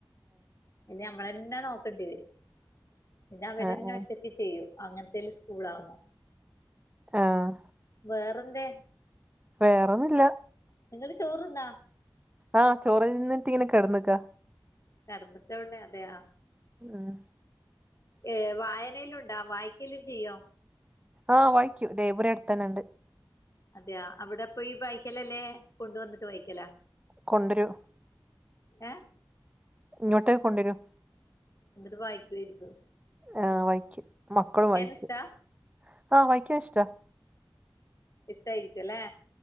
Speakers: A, on the left; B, on the right.
A: ഇനി നമ്മളന്നനോക്കേണ്ടി വരും ഇത് അവരന്നെ
B: ആഹ്
A: ഒറ്റക്ക് ചെയ്യൂ അങ്ങനത്തേല് സ്കൂളാമോ
B: ആഹ്
A: വേറെന്തേ
B: വേറൊന്നുല്ല
A: നിങ്ങള് ചോറ്ന്നാ
B: ആഹ് ചോറ്ന്നിട്ട്ങ്ങനെ കെടന്ന്ക്കാ
A: കെടന്നിട്ടവിടെ അതെയാ
B: ആഹ്
A: ഏ വായനയെല്ലുണ്ടാ വായിക്കല് ചെയ്യോ
B: ആഹ് വായിക്കും ലേബറി അടുത്തന്നെണ്ട്
A: അതെയാ അവിടെ പോയി വായ്കകലല്ലേ കൊണ്ടുവന്നിട്ട് വയ്ക്കലാ
B: കൊണ്ടരും
A: ഏഹ്
B: ഇങ്ങോട്ട് കൊണ്ടരോ
A: ന്നിട്ട് വായിക്കുവേരിക്കും
B: ആഹ് വയ്ക്കും മക്കളും വായിക്കും
A: ഇഷ്ടാ
B: ആഹ് വായിക്കാഷ്ടാ
A: ഇഷ്ടായിരിക്കുവല്ലേ